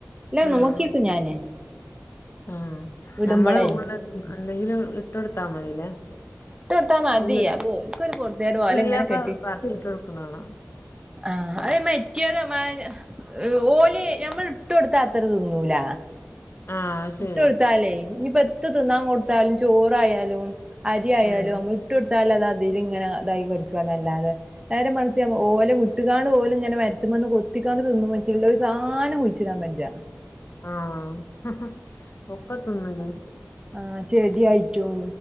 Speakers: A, on the right (about 15°); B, on the left (about 50°).
A: ഇല്ല
B: ആഹ്
A: നോക്കിക്കും ഞാന്.
B: ആഹ്
A: വിടുമ്പളേ
B: ഞമ്മള്
A: ഇട്ട്
B: <unintelligible> എന്തെങ്കിലും ഇട്ടൊട്ത്താ മതില്ലേ.
A: ഇട്ടൊട്ത്താ മതി.
B: ഉള്ള്
A: അപ്പോൽക്കൊര് പൊർത്യേട് വ
B: പുല്ലൊക്കെ
A: ഓലെങ്ങനെ കെട്ടി
B: പറിച്ചിട്ട് കൊടുക്കണ കാണാ
A: ആഹ് അത് മറ്റ്യേത് മ <unintelligible> ഏഹ് ഓല് ഞമ്മള് ട്ടൊട്ത്ത അത്ര തിന്നൂല.
B: ആഹ് അത് ശരിയാ
A: ഇട്ടൊട്ത്താലേ ഇഞ് പ്പെത്ത് തിന്നാ കൊട്ത്താലും ചോറായാലും അര്യായാലും
B: ഉം
A: അമ്മള്ട്ടൊട്ത്താലത് അതില് ങ്ങനെ തായി കൊട്ക്കാന്നല്ലാതെ നേരെ മറിച്ച ഓലെ വിട്ട്കാണ്ട് ഓല് ങ്ങനെ മരത്ത്മന്ന് കൊത്തിക്കണ്ട് തിന്നും <unintelligible> ള്ളെ ഒരു സാനും ച്ച്ടാൻ ബെജ്ജ
B: ആഹ് ഒക്കെ തിന്നുല്ലെ.
A: ആഹ് ചെട്യായിട്ടും.